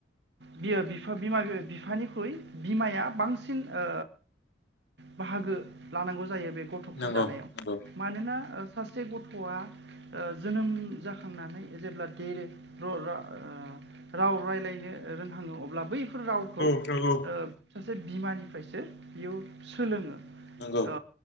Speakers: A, on the right; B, on the left.
A: बियो बिफा बिमा बिफानिख्रुइ बिमाया बांसिन ओ बाहागो लानांगौ जायो बे गथ'खौ
B: नंगौ
A: दानायाव
B: नंगौ
A: मानोना ओ सा से गथ'आ ओ जोनोम जाखांनानै जेब्ला देर र रा ओ राव रायज्लायनो। रोंहाङो अब्ला बै फोर रावखौ ओ
B: नंगौ
A: सासे बिमानिफ्रायसो बियो सोलोङो। अ
B: नंगौ